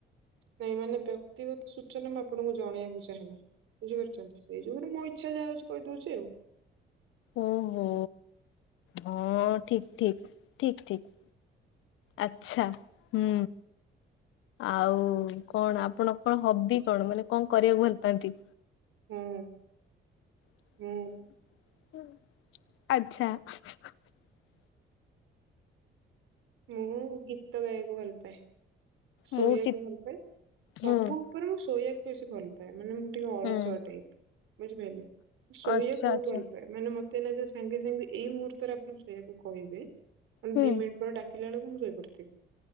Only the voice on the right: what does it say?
ନାଇଁ ମାନେ ବ୍ୟକ୍ତିଗତ ସୂଚନା ମା ଆପଣଙ୍କୁ ଜଣେଇବାକୁ ଚାହେନା ବୁଝିପାରୁଛନ୍ତି? ସେଇ ଯୁଗୁରୁ ମୋ ଇଚ୍ଛା ଯାହା ହଉଛି କହିଦଉଛି ଆଉ ।
ହୁଁ
ହୁଁ
ମୁଁ ଗୀତ ଗାଇବାକୁ ଭଲ ପାଏ । ଶୋଇବାକୁ
ଭଲ ପାଏ ସବୁ
ଉପରେ ମୁଁ ଶୋଇବାକୁ ବେଶୀ ଭଲ ପାଏ । ମାନେ ମୁଁ ଟିକେ ଅଳସୁଆ
ଟାଇପ ବୁଝିପାଇଲେ? ଶୋଇବାକୁ
ବହୁତ
ଭଲ ପାଏ ମାନେ ମତେ ଜ ସାଙ୍ଗେ ସାଙ୍ଗେ ଏଇ ମୁହୂର୍ତ୍ତରେ ଆପଣ ଶୋଇବାକୁ କହିବେ
ଦି ମିନିଟ୍ ପରେ ଡାକିଲା ବେଳକୁ ଶୋଇପଡ଼ିଥିବି ।